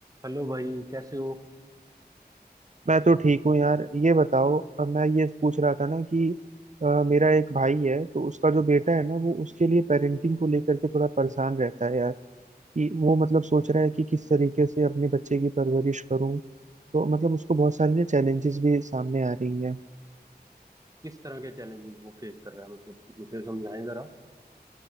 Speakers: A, on the right; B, on the right.
A: Hello भाई कैसे हो
B: मैं तो ठीक हूँ यार ये बताओ अ, मैं ये पूछ रहा था ना कि अ, मेरा एक भाई है तो उसका जो बेटा है ना वो उसके लिए पेरेंटिंग को लेकर के थोड़ा परेशान रहता है यार कि वो मतलब सोच रहा है कि किस तरीके से अपने बच्चे की परवरिश करूँ तो मतलब उसको बहुत सारी ना चैलेंजेस भी सामने आ रही हैं
A: किस तरह के चैलेंजेस वो फेस कर रहा है मतलब मुझे समझाएं जरा